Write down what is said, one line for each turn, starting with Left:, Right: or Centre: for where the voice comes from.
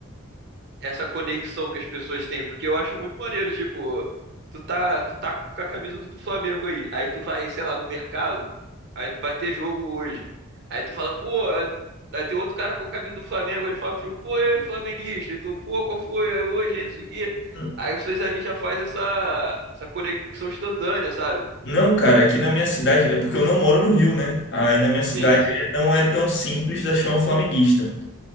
Right: essa conexão que as pessoas têm, porque eu acho muito maneiro, tipo, tu tá, tu tá com a camisa do do Flamengo aí, aí tu vai, sei lá, no mercado, aí tu vai ter jogo hoje. Aí tu fala, pô, é- aí tem outro cara com a camisa do Flamengo, ele fala contigo, pô, é flamenguista, e tu, pô, qual foi É hoje, aí, não sei o quê.
Left: pena.
Right: Aí vocês ali já faz essa, essa conexão instantânea, sabe?
Left: Não, cara, aqui na minha cidade, é porque eu não moro no Rio, né? Aí na minha cidade
Right: Sim, isso.
Left: Ah, não é tão simples achar um flamenguista.